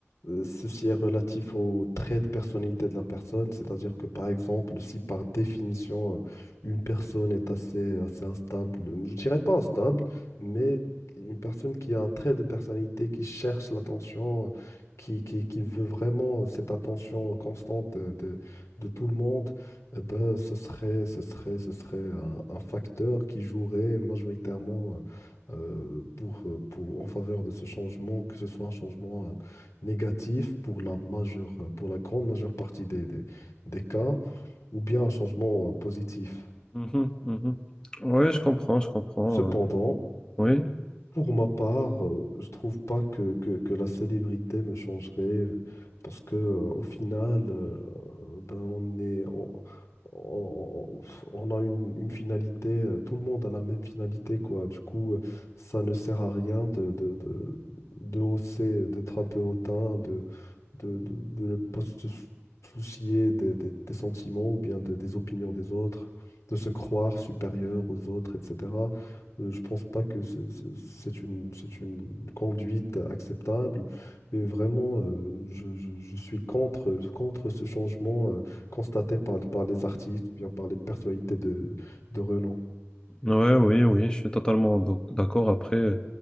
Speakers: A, on the left; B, on the left.
A: euh, ceci est relatif au trait de personnalité de la personne. C'est-à-dire que, par exemple, si par définition, euh, une personne est assez, assez instable, je dirais pas instable, mais une personne qui a un trait de personnalité, qui cherche l'attention, qui, qui, qui veut vraiment cette attention constante de, de tout le monde eh ben, ce serait, ce serait, ce serait un, un facteur qui jouerait majoritairement euh, pour, euh, pour, en faveur de ce changement, que ce soit un changement euh, négatif pour la majeure, pour la grande majeure partie des, des, des cas, ou bien un changement euh, positif.
B: Mhm, mhm. Oui, je comprends, je comprends.
A: Cependant,
B: euh, Oui.
A: Pour ma part, euh, je trouve pas que, que, que la célébrité me changerait parce que euh, au final, euh, ben on est, on, on- on- on a une, une finalité, euh, tout le monde a la même finalité quoi. Du coup, euh, ça ne sert à rien de, de, de, de hausser, d'être un peu hautain, de, de, de, de ne pas se sou- soucier des, des- des sentiments ou bien de- des opinions des autres, de se croire supérieur aux autres, etc. Euh, Je pense pas que c'est c'est- c'est une, c'est une conduite acceptable. Et vraiment, euh, je, je- je suis contre, contre ce changement euh, constaté par, par les artistes ou bien par les personnalités de, de renom.
B: Ouais, oui, oui, je suis totalement d'ac- d'accord. Après, euh,